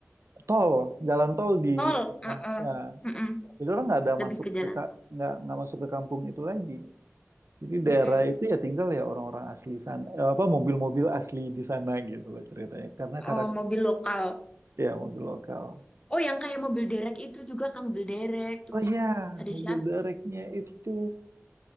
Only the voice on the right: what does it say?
tol, jalan tol di
sebelah.
Ya.
Jadi orang nggak ada
masuk
ke ka- nggak nggak masuk ke kampung itu lagi. Jadi daerah
itu ya tinggal ya orang-orang asli sana, eh, apa mobil-mobil asli di sana gitu loh ceritanya. Karena karakter
ya mobil lokal.
Oh iya,
mobil
dereknya itu,